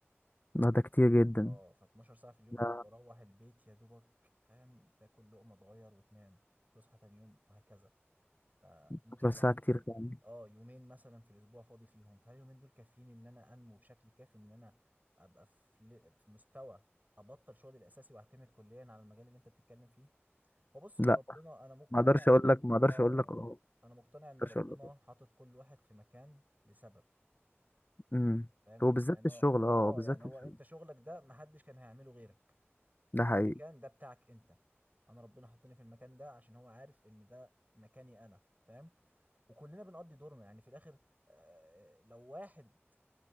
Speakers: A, on the left (about 45°); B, on the right (about 40°).
A: لأ ده كتير جدًا،
B: آه، ف12 ساعة في اليوم
A: ده
B: دي أنا باروّح البيت يا دوبك فاهم، تاكل لقمة تغيّر وتنام، تصحى تاني يوم وهكذا، فممكن
A: 12
B: يبقى
A: ساعة
B: عندي
A: كتير فعلًا،
B: آه، يومين مثلًا في الأسبوع فاضي فيهم، فهل اليومين دول كافيين إن أنا أنمو بشكل كافي إن أنا أبقى في ل في مستوى أبطّل شغلي الأساسي وأعتمد كليًا على المجال اللي أنت بتتكلم فيه؟ هو بُص
A: لأ
B: ربنا أنا مقتنع
A: ما أقدرش أقول لك ما أقدرش
B: آه،
A: أقول لك آه، ما
B: أنا مقتنع إن
A: أقدرش
B: ربنا
A: أقول لك آه،
B: حاطط كل واحد في مكان لسبب،
A: إمم،
B: فاهم؟
A: وبالذات
B: يعني
A: في الشغل
B: هو
A: آه،
B: آه،
A: بالذات
B: يعني
A: في
B: هو
A: الشغل،
B: أنت شغلك ده ما حدش كان هيعمله غيرك،
A: ده حقيقي،
B: مهما كان ده بتاعك أنت، أنا ربنا حطني في المكان ده عشان هو عارف إن ده مكاني أنا، فاهم؟ وكلنا بنقضّي دورنا، يعني في الآخر آآ، لو واحد